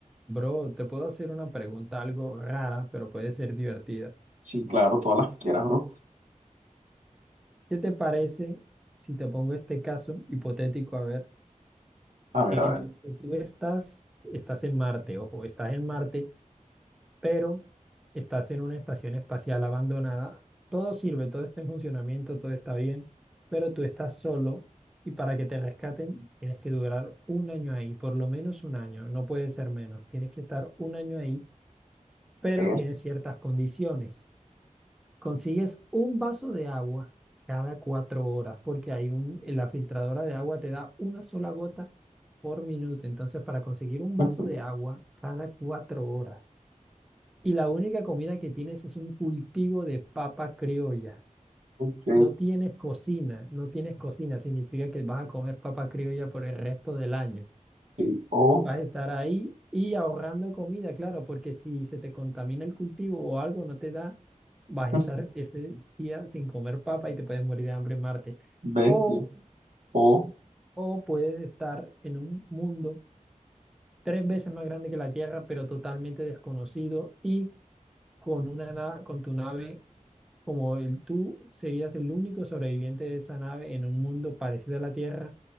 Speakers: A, in the centre; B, on the right (about 65°).
A: Bro, te puedo hacer una pregunta algo rara, pero puede ser divertida.
B: Sí, claro, todas las que quieras, bro.
A: ¿Qué te parece si te pongo este caso hipotético? A ver,
B: A ver,
A: en
B: a ver.
A: el que tú estás, estás en Marte, ojo, estás en Marte, pero estás en una estación espacial abandonada. Todo sirve, todo está en funcionamiento, todo está bien, pero tú estás solo y para que te rescaten tienes que durar un año ahí, por lo menos un año, no puede ser menos. Tienes que estar un año ahí, pero
B: E,
A: tienes ciertas condiciones. Consigues un vaso de agua cada cuatro horas porque hay un, la filtradora de agua te da una sola gota por minuto. Entonces, para conseguir un
B: <laughs>
A: vaso de agua cada cuatro horas. Y la única comida que tienes es un cultivo de papa criolla.
B: ok,
A: No tienes cocina, no tienes cocina. Significa que vas a comer papa criolla por el resto del año.
B: y O,
A: Vas a estar ahí y ahorrando comida, claro, porque si se te contamina el cultivo o algo no te da, vas a
B: <laughs>
A: estar ese día sin comer papa y te puedes morir de hambre en Marte.
B: bestia,
A: O,
B: O,
A: o puedes estar en un mundo tres veces más grande que la Tierra, pero totalmente desconocido y con una na- con tu nave como el tú serías el único sobreviviente de esa nave en un mundo parecido a la Tierra,